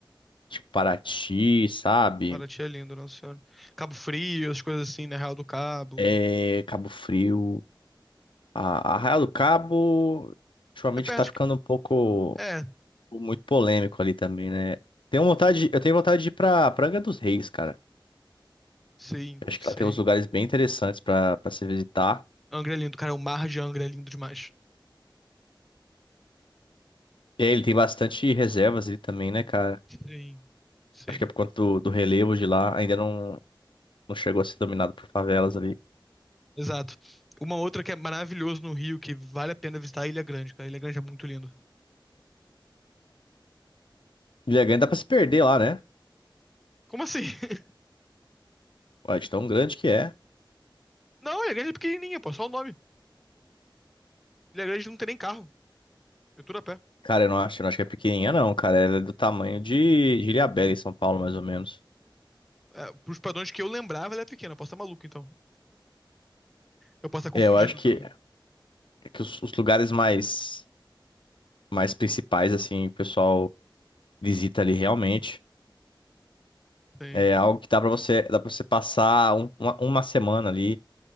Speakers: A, on the left (about 70°); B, in the centre.
A: tipo Paraty, sabe?
B: Paraty é lindo, Nossa Senhora. Cabo Frio, as coisas assim, né? Real do Cabo.
A: É, Cabo Frio. A, a Arraial do Cabo, ultimamente
B: É perto
A: tá ficando
B: de...
A: um pouco,
B: É,
A: muito polêmico ali também, né? Tenho vontade, eu tenho vontade de ir pra, pra Angra dos Reis, cara.
B: sim,
A: Eu Acho que
B: sim.
A: lá tem uns lugares bem interessantes pra, pra se visitar.
B: Angra é lindo, cara. O mar de Angra é lindo demais.
A: E aí, ele tem bastante reservas ali também, né, cara?
B: Sim, sim.
A: Acho que é por conta do, do relevo de lá, ainda não, não chegou a ser dominado por favelas ali.
B: Exato. Uma outra que é maravilhoso no Rio, que vale a pena visitar, é Ilha Grande, cara. Ilha Grande é muito lindo.
A: Ilha Grande dá pra se perder lá, né?
B: Como assim? <laughs>
A: Ué, de tão grande que é.
B: Não, Ilha Grande é pequenininha, pô. Só o nome. Ilha Grande não tem nem carro. É tudo a pé.
A: Cara, eu não acho, eu não acho que é pequenininha, não, cara. Ela é do tamanho de, de Ilhabela, em São Paulo, mais ou menos.
B: É, pros padrões que eu lembrava, ela é pequena. Eu posso estar maluco, então. Eu posso estar confundindo
A: É, eu acho que,
B: também.
A: é que os, os lugares mais, mais principais, assim, o pessoal visita ali realmente.
B: Sim.
A: É algo que dá pra você, dá pra você passar um- uma, uma semana ali